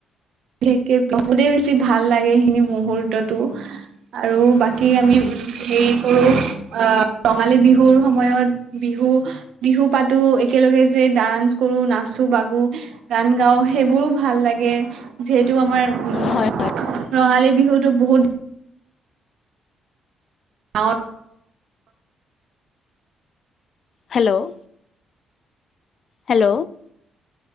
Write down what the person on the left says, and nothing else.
হয়
হেল্ল' হেল্ল'।